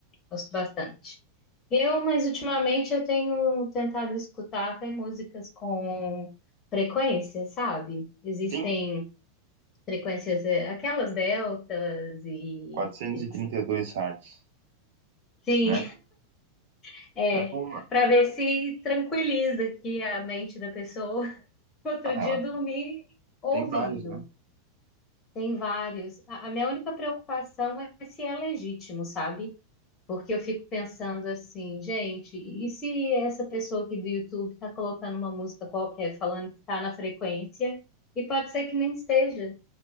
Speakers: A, on the left; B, on the right.
A: gosto bastante. Eu, mas ultimamente eu tenho tentado escutar até músicas com frequência, sabe? Existem
B: sim,
A: frequências, é, aquelas deltas e
B: quatrocentos
A: etc.
B: e trinta e dois Hz,
A: Sim,
B: né?
A: <laughs> é,
B: É boa.
A: para ver se tranquiliza aqui a mente da pessoa. Outro
B: Ah, ela
A: dia dormir ouvindo.
B: tem vários, né?
A: Tem vários. A, a minha única preocupação é se é legítimo, sabe? Porque eu fico pensando assim, gente, e se essa pessoa aqui do YouTube tá colocando uma música qualquer falando que tá na frequência, e pode ser que nem esteja.